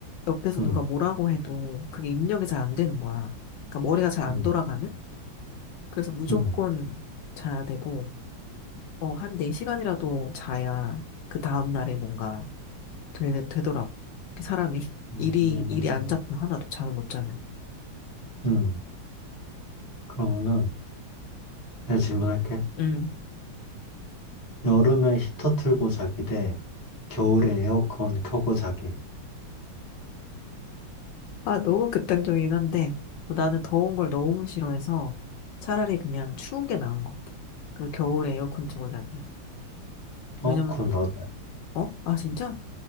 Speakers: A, on the left; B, on the left.
A: 옆에서
B: 응.
A: 누가 뭐라고 해도 그게 입력이 잘 안 되는 거야. 그러니까 머리가 잘 안
B: 응.
A: 돌아가는? 그래서 무조건
B: 응.
A: 자야 되고, 어, 한 4시간이라도 자야 그 다음날에 뭔가 되, 되더라고. 그 사람이 <laughs>
B: 음,
A: 일이, 일이 안 잡혀. 하나도 잠을 못 자면.
B: 음. 그러면은, 내가 질문할게.
A: 음.
B: 여름에 히터 틀고 자기 대 겨울에 에어컨 켜고 자기.
A: 아, 너무 극단적이긴 한데 뭐 나는 더운 걸 너무 싫어해서 차라리 그냥 추운 게 나은 것 같아. 그 겨울에 에어컨 틀고 자기.
B: 어,
A: 왜냐면,
B: 그건 나도야.
A: 어? 아, 진짜?